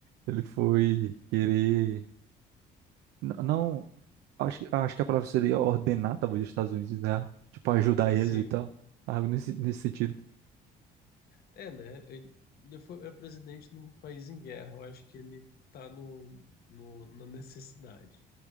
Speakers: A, on the right (about 80°); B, on the left (about 65°).
A: ele foi querer. n- Não, Acho que, acho que a palavra seria ordenar, talvez, os Estados Unidos, né? Tipo, ajudar
B: Sim.
A: eles e tal. Algo nesse, nesse sentido.
B: É, né? Ele ele foi, é presidente num país em guerra. Eu acho que ele tá no, no- na necessidade.